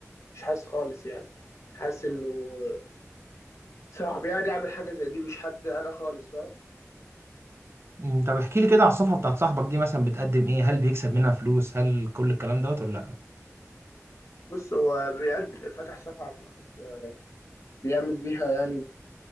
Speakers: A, on the left; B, on the right.
A: مش حاسس خالص يعني حاسس انه صعب يعني اعمل حاجه زي دي مش حد انا خالص فاهم
B: مم، طب احكي لي كده على الصفحة بتاعت صاحبك دي مثلا بتقدم ايه هل بيكسب منها فلوس هل كل الكلام دوت ولا لا
A: بص هو بيقد فتح صفحه على تيك توك آه، بيعمل بيها يعني